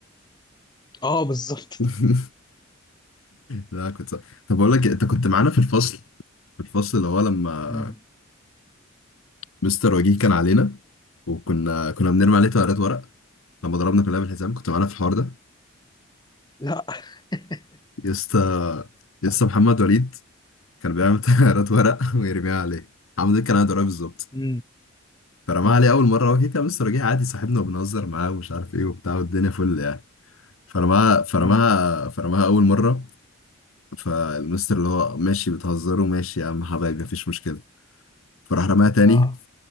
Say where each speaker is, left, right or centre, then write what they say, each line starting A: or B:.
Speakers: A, on the left; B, on the left.
A: اه بالظبط
B: <laughs> لا كنت صح. طب اقول لك إيه، انت كنت معانا في الفصل في الفصل اللي هو لما
A: امم
B: مستر وجيه كان علينا وكنا كنا بنرمي عليه
A: أمم.
B: طيارات ورق لما ضربنا كلها بالحزام كنت معانا في الحوار ده
A: لا <laughs>
B: يا اسطى يا اسطى محمد وليد كان بيعمل طيارات ورق <laughs> ويرميها عليه عمود كان عنده رأي بالظبط
A: امم
B: فرماها
A: امم
B: عليه اول مره هو كده كان لسه راجع عادي صاحبنا وبنهزر معاه ومش عارف ايه وبتاع والدنيا فل يعني فرماها فرماها
A: امم
B: فرماها اول مره فالمستر اللي هو ماشي بتهزروا ماشي يا عم حبايبي مفيش مشكله فراح رماها تاني
A: اه